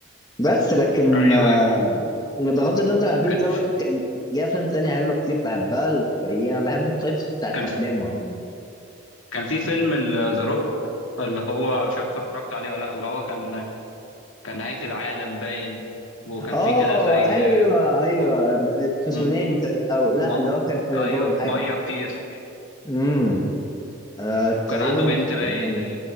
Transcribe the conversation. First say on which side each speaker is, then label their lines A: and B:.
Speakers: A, on the left (about 20°); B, on the left (about 80°).
A: بس لكن
B: ايوه
A: آه،
B: ايوه
A: بغض النظر عن الفيلم
B: كان
A: ده برضو كان ليه افلام تانية حلوه كتير بحبها فهي انا بحب التايبس بتاعت
B: كان
A: افلامه عموما
B: كان في فيلم ذا روك اللي هو مش عارف اتفرجت عليه ولا لا اللي هو كان كان نهاية العالم باين وكان
A: اه
B: في كده زي
A: ايوه ايوه
B: آه،
A: ب- تسونامي
B: م...
A: تق- او لا
B: ما...
A: اللي هو كان فيضان
B: ايوه
A: حاجه
B: ميه كتير
A: امم آه تقريبا
B: كان عنده بنت
A: تسونامي
B: باين